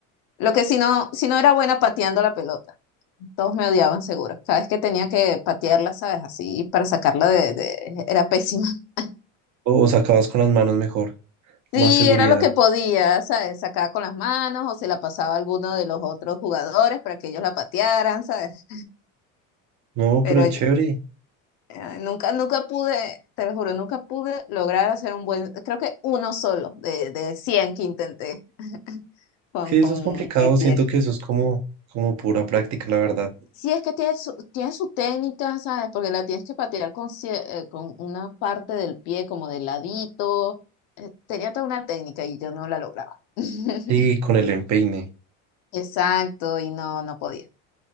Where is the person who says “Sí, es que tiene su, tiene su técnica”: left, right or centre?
Left